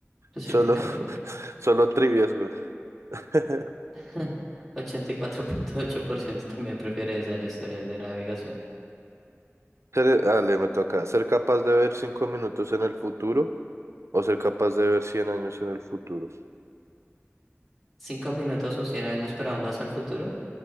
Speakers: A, in the centre; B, on the right.
A: Yo sí,
B: solo,
A: porque
B: <laughs>
A: vale
B: solo trivias, güey. <laughs>
A: <laughs> ochenta y cuatro punto ocho por ciento también prefiere esa el historial de navegación.
B: Ser- dale, me toca. ¿Ser capaz de ver cinco minutos en el futuro o ser capaz de ver 100 años en el futuro?
A: ¿Cinco minutos o cien años, pero ambas al futuro?